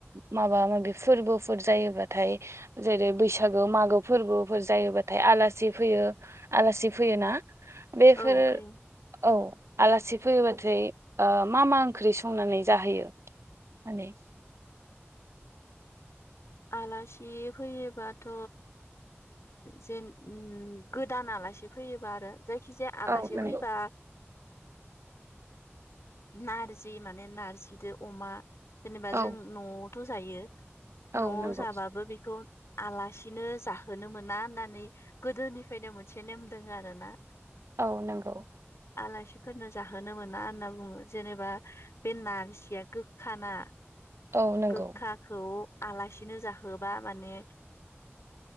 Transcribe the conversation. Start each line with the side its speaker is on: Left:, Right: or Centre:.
Right: माबा माबि फोरबो फोर जायोबाथाय जेरै बैसागो मागो फोरबोफोर जायोबाथाय आलासि फैयो आलासि फैयोना बेफोर
Left: औ फै
Right: औ आलासि फैयोबाथाय मा मा ओंख्रि संनानै जाहोयो माने
Left: आलासि फैयोबाथ' जेन गोदान आलासि फैयोबा आरो जायखिजाया आलासि
Right: औ नंगौ
Left: फैबा नारजि माने नारजिजों अमा जेनेबा
Right: औ
Left: जों न'आवथ' जायो
Right: औ
Left: न'
Right: नंगौ
Left: जाबाबो बेखौ आलासिनो जाहोनो मोना होननानै गोदोनिफ्रायनो मोनसे नेम दोङ आरोना
Right: औ नंगौ
Left: आलासिफोरनो जाहोनो मोना होनना बुङो जेनेबा बे नारजिया गोखाना
Right: औ नंगौ
Left: गोखाखौ आलासिनो जाहोबा माने